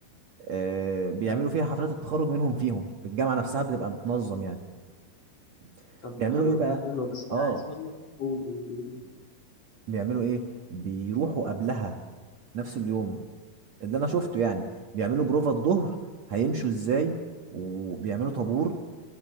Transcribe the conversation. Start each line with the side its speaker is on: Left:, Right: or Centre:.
Right: آه بيعملوا
Left: ايوه
Right: فيها حفلات التخرج منهم فيهم في الجامعة نفسها بتبقى متنظم يعني <clears throat>
Left: طب
Right: بيعملوا
Left: ما حلوه
Right: ايه بقى
Left: دي حلوه بس انا
Right: اه
Left: عايز اقول لك قول قول قول.
Right: بيعملوا ايه بيروحوا قبلها نفس اليوم اللي انا شفته يعني بيعملوا بروفة الظهر هيمشوا ازاي وبيعملوا طابور